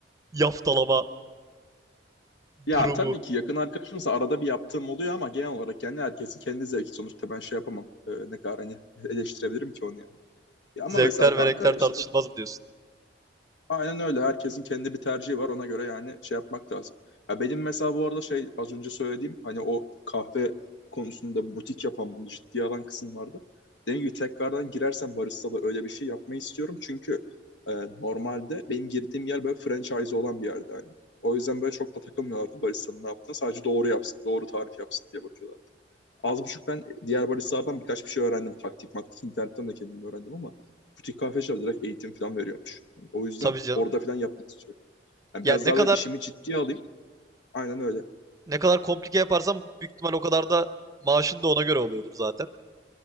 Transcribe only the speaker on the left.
Ya tabii ki yakın arkadaşımsa arada bir yaptığım oluyor ama genel olarak yani herkesin kendi zevki sonuçta ben şey yapamam. Ee, ne kadar hani eleştirebilirim ki onu ya. Ya ama
mesela kanka
işte
Aynen öyle. Herkesin kendi bir tercihi var. Ona göre yani şey yapmak lazım. Ya benim mesela bu arada şey az önce söylediğim hani o kahve konusunda butik yapan bunu ciddiye alan kısım vardı. Dediğim gibi tekrardan girersem baristalı öyle bir şey yapmayı istiyorum. Çünkü e, normalde benim girdiğim yer böyle franchise olan bir yerde. yani. O yüzden böyle çok da takılmıyorlardı baristanın ne yaptığına. Sadece doğru yapsın, doğru tarif yapsın diye bakıyorlar az buçuk ben diğer baristalardan birkaç bir şey öğrendim. Taktik maktik internetten de kendim öğrendim ama butik kahveciler direkt eğitim falan veriyormuş. Yani o yüzden
orada falan yapmak istiyorum. Yani
biraz
daha
böyle işimi ciddiye alayım. Aynen öyle.